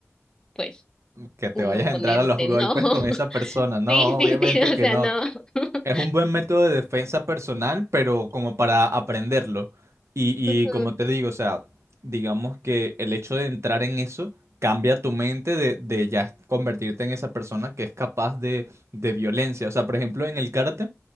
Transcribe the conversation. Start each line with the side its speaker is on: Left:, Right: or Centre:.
Left: pues,
Right: Que te
Left: un
Right: vayas
Left: oponente,
Right: a entrar a los golpes
Left: ¿no? <laughs>
Right: con esa persona. No,
Left: Sí, sí,
Right: obviamente
Left: sí, o
Right: que
Left: sea,
Right: no.
Left: no. <laughs>
Right: Es un buen método de defensa personal, pero como para aprenderlo. Y,
Left: Ujú.
Right: y como te digo, o sea, digamos que el hecho de entrar en eso cambia tu mente de, de ya convertirte en esa persona que es capaz de, de violencia. O sea, por ejemplo, en el karate.